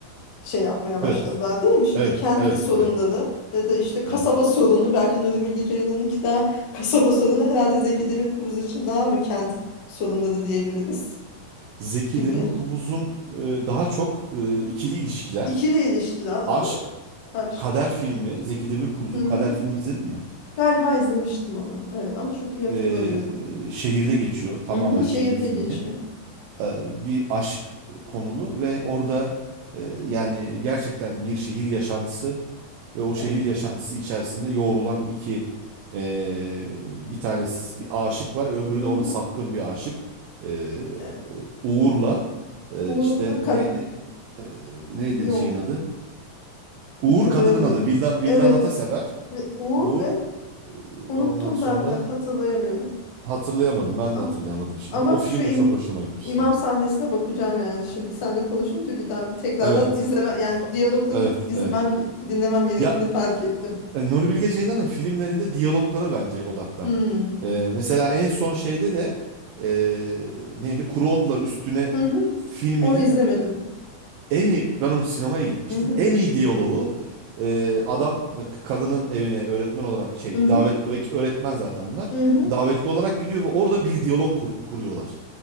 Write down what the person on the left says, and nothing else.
şey yapmaya başladılar
değil mi şimdi
kentli
sorunları
ya da işte kasaba
sorunu belki Nuri Bilge Ceylan'ınki daha kasaba sorunu herhalde Zeki Demirkubuz için daha mı kent sorunları diyebiliriz
gibi
İkili ilişkiler
ama aşk.
Hı
hı.
Galiba izlemiştim onu evet ama çok iyi hatırlamıyorum.
Hı hı, şehirde
geçiyor.
Evet.
Hı
hı.
E,
Uğur'la
kad
yok
hatırlayamıyorum.
Evet.
Ve Uğur
ve
unuttum
ben de hatırlayamıyorum.
Ama,
ama
şu im-
imam
sahnesine bakacağım yani şimdi seninle konuşunca bir daha bir tekrardan
izleme yani diyalogları
izlemem
dinlemem gerektiğini
fark ettim.
Hmm.
Hı hı.
Onu izlemedim.
Hı hı.
Hı hı.
Hı hı.